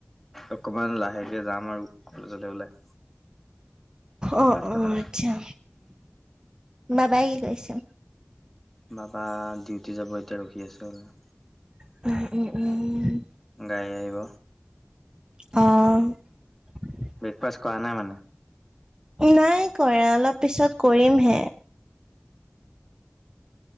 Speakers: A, in the centre; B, on the right (about 20°).
A: অকমান লাহেকে যাম আৰু কলেজলৈ ওলাই।
B: অঁ,
A: ভাত কেইটা
B: অঁ--আচ্ছা।
A: খাম।
B: বাবাই কি কৰিছে?
A: বাবা ডিউটি যাব এতিয়া, ৰখি আছে কাৰোবালে।
B: <inaudible>
A: গাড়ী আহিব।
B: অঁ--হ
A: ব্ৰেকফাষ্ট কৰানাই মানে?
B: নাই কৰা। অলপ পিছত কৰিমহে।